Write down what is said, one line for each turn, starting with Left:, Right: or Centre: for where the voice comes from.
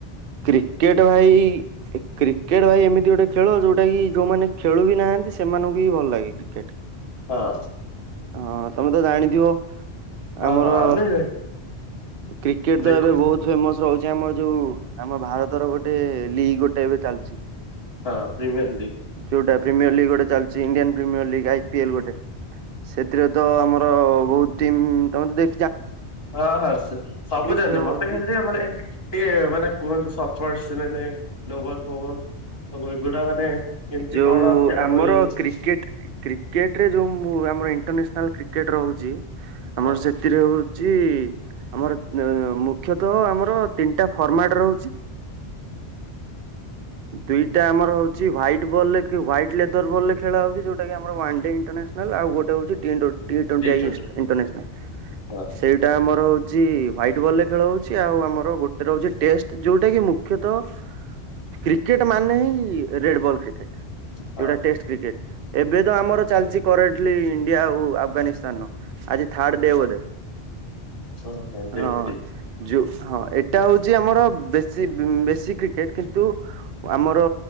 Right: କ୍ରିକେଟ ଭାଇ କ୍ରିକେଟ ଭାଇ ଏମିତି ଗୋଟେ ଖେଳ ଯୋଉଟା କି ଯୋଉମାନେ ଖେଳୁ ବି ନାହାନ୍ତି ସେ ସେମାନଙ୍କୁ ବିି ଭଲ ଲାଗେ କ୍ରିକେଟ।
Left: ହଁ।
Right: ହଁ ତମେ ତ ଜାଣିଥିବ
Left: ହଁ
Right: ଆମର
Left: ହଁ ଆମେ
Right: କ୍ରିକେଟ
Left: ଦେଖୁଛୁ
Right: ତ ଏବେ ବହୁତ ଫେମସ ରହୁଛି ଆମ ଯୋଉ ଆମ ଭାରତର ଗୋଟେ ଲିଗ୍ ଗୋଟେ ଏବେ ଚାଲିଛି।
Left: ହଁ ପ୍ରିମିୟର ଲିଗ୍
Right: ଯୋଉଟା ପ୍ରିମିୟର ଲିଗ୍। ଯୋଉଟା ଚାଲିଛି Indian premier league IPL ଗୋଟେ ସେଥିରେ ତ ଆମର ବହୁ ଟିମ୍ ତମେ ତ ଦେ
Left: ହଁ ହଁ ସବୁ ଜାଣିଛ
Right: ଖେଳ
Left: ମତେ
Right: ହଉଛି।
Left: ଖେଳଛି ମାନେ ଟିକେ ମାନେ କୁହନ୍ତୁ। ମାନେ ନୋବଲବ ସବୁ ଏଗୁଡା ମାନେ କେମିତି
Right: ଯୋଉ
Left: କଣ ଖେଳ
Right: ଆମର
Left: ହୁଏ?
Right: କ୍ରିକେଟ କ୍ରିକେଟ ରେ ଯୋଉ ମୁ ଆମର ଇରାସନାଲ କ୍ରିକେଟ୍ ରହୁଛି। ଆମର
Left: ହଁ
Right: ସେଥିରେ ହଉଛି ଆମର ମୁଖତଃ ଆମର ତିନିଟା ଫର୍ମାଟ ହହୁଛି ଦିଟା ଆମର ହଉଛି ହଟ ଟ ବଲ ରେ ହ୍ୱାଇଟ ଲେର ବଲ୍ରେ ହଉଛି ଯଉଟା ଆମ ୱା ଡ ଇଟରାସନା ଆଉ ଗୋଟେଉ ଟଣ୍ଇଣ୍ନାଲ
Left: ଟି ଟ୍ୱେଣ୍ଟି ହଁ
Right: ସେଇଟା ଆମର ହଉଛି ହ୍ଵାଇଟ୍ ବଲ ରେ ଖେଳ ହଉଛି ଆଉ ଆମର ଗୋଟେ ର ହଉଛି ଟେଷ୍ଟ ଯୋଉଟା କି ମୁଖ୍ୟତଃ କ୍ରିକେଟ ମାନେ ହିଁ ରେଡ ବଲ୍ କ୍ରିକେ ଏଟା
Left: ହଁ
Right: ଟେଷ୍ଟ କ୍ରିକେଟ ଏବେ ତ ଆମର ଚାଲିଛି କରେଣ୍ଟଲି ଇଣ୍ଡିଆ ଆଉ ଆଫଗାନିସ୍ତାନର ଆଜି ଥାର୍ଡ ଡ
Left: ହଁ
Right: ବଧେ
Left: ହଁ ଦେଖି
Right: ହଁ ଯଉ ହଁ ଏଟା ହଉଛି ଆମର ବେଶୀ ବେଶୀ କ୍ରିକେଟ କିନ୍ତୁ ଆମର